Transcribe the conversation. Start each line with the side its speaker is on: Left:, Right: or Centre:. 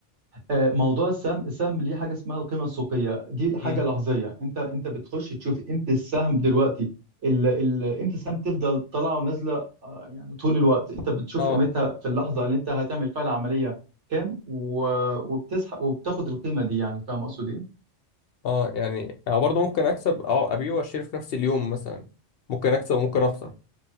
Right: آه، موضوع السهم السهم ليه حاجه اسمها القيمه السوقيه دي حاجه
Left: امم
Right: لحظيه انت انت بتخش تشوف امتى السهم دلوقتي ال ال امتى السهم تفضل طالعه ونازله آه، يعني طول الوقت انت بتشوف
Left: اه
Right: قيمتها في اللحظه اللي انت هتعمل فيها العمليه كام و- وبتسحب وبتاخد القيمه دي يعني فاهم اقصد ايه
Left: اه يعني أنا برضه ممكن أكسب أه أبيع وأشتري في نفس اليوم مثلا ممكن أكسب وممكن أخسر